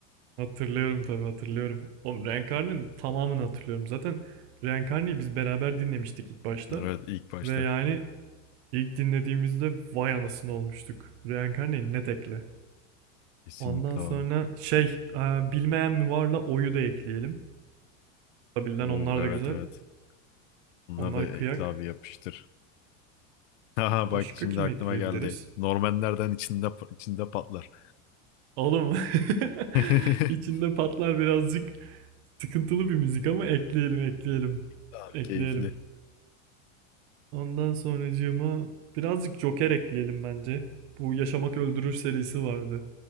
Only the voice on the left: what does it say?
Evet ilk başta.
Kesinlikle
abi.
Oo
evet
evet. Bunları
da
ekle abi yapıştır. <laughs> Haha bak
şimdi
aklıma
geldi. Normanlerden içinde içinde patlar.
<laughs>
Abi
keyifli.